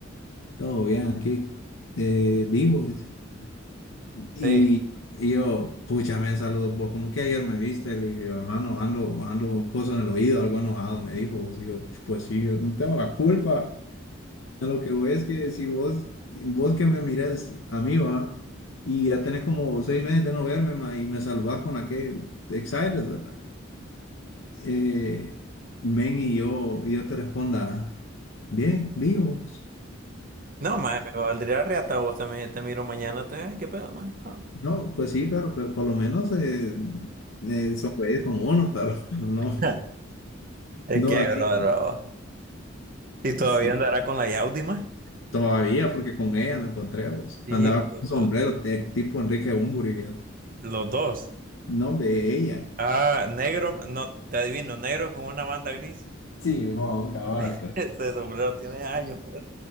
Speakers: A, on the left; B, on the right.
A: Todo bien aquí, eh, vivo, dice. Y,
B: sí.
A: y yo, pucha, me saludo vos, como que ayer me viste, le dije, hermano, ando, ando con cosas en el oído, algo enojado, me dijo. Vos, Y yo, pues sí, yo no tengo la culpa. A lo que voy es que si vos, vos que me mires a mí, va, y ya tenés como seis meses de no verme, ma, y me saludás con aquel excited, ¿verdad? Eh, men, y yo, y yo te responda, bien, vivos.
B: No, mae, me valdría reata vos también. Te miro mañana, te ay, qué pedo, mae. Ah.
A: No, pues sí, pero, pero por lo menos eh, eh, sonreír con uno, pero <laughs> no,
B: <laughs> Es
A: no
B: que,
A: así,
B: bro, bro. Y todavía
A: sí,
B: andará con la Yaudi, mae.
A: todavía, porque con ella la encontré a vos.
B: Y
A: Andaba con
B: uh,
A: un sombrero de tipo Enrique Bunbury, fíjate.
B: los dos.
A: No, hombre, ella.
B: Ah, negro, no, te adivino, negro con una banda gris.
A: Sí, mon, cabal,
B: <laughs>
A: pues.
B: Ese sombrero tiene años, po.